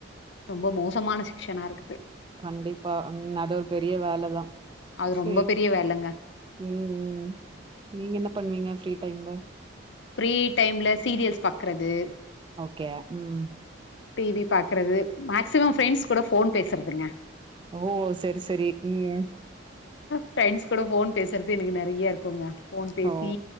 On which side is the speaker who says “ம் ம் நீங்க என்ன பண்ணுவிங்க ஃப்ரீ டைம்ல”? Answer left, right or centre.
Right